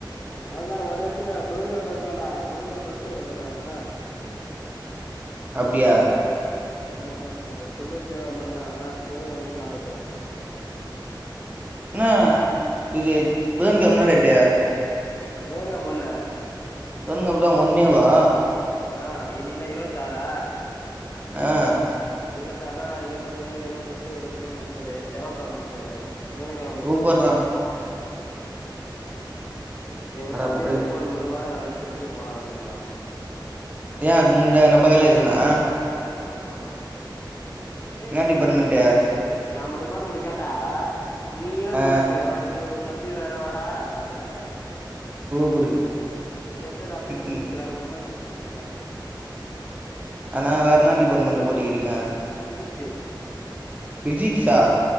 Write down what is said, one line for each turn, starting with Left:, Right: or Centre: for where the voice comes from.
Left: அதுலா உலகத்துலயே அபூர்வம் மாரி தாண்டா <unintelligible> ஃபர்ஸ்ட் இயர் வந்துர்றாங்கலாமே
Right: அப்டியா
Left: ஆமா ஆமா நம்பள் திங்க செவ்வ மட்டுதா புதங்கிழமல இருந்து சாவ அடிச்சிடுவாங்க
Right: இன்னா இது புதன் கிழம என்ன டெட்டு
Left: புத கிழம மொன்ன
Right: புத கிழம தா ஒன்னேவா
Left: ஆ இன்னிக்கு என்ன இருவத்தி ஆறா
Right: ஆ
Left: இருபத்தி ஆறுனா நாளைக்கு இருபத்தி ஏழு இருபத்தி எட்டு இருபத்தி ஒம் முப்பது செவ்வா கிழம முப்பது புத கிழம
Right: சூப்பர்ரா
Left: ஒன்னு எங்க
Right: அடப்பாவி
Left: தம்பி வேற ஃபோன் மணி வாடா நாளைக்கு டிரஸ் எடுக்க போலாம்னுக்கிறா
Right: எய இந்த நம்ப கடையில இதுன்னா
Left: ஆமாமா ஏய்
Right: என்னா டிபார்ட்மெண்ட்டு
Left: நானா டேய் நம்ம டிபார்ட்மெண்ட் கேட்டா நீயே
Right: ஆ
Left: ஒழுக்கு எவ இதுல உத் தம்பி வேற வாடான்றாங்க டா
Right: சூப்பரு
Left: எச்சோடி அப்டி
Right: ம்
Left: சொல்லிருச்சுரா
Right: ம்
Left: ரொம்ப அசிங்கப்படுத்திச்சிரா நீ வரியா
Right: ஆனா வேற என்னா டிபார்ட்மெண்ட் போட்டிக்கிறீங்க
Left: பிசிக்ஸ்சு
Right: ஃபிசிக்ஸா